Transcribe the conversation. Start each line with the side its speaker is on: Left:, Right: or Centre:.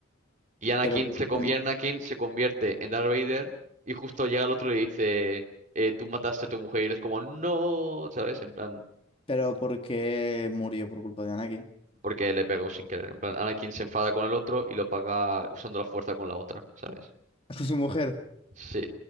Right: Y Anakin
Left: Pero, por-
Right: se, con-
Left: como-
Right: y Anakin se convierte en Darth Vader y justo llega el otro y le dice, eh, tú mataste a tu mujer y eres como, no, ¿sabes? En plan,
Left: pero ¿por qué murió por culpa de Anakin?
Right: porque le pegó sin querer. En plan, Anakin se enfada con el otro y lo paga usando la fuerza con la otra, ¿sabes?
Left: <laughs> Con su mujer.
Right: Sí.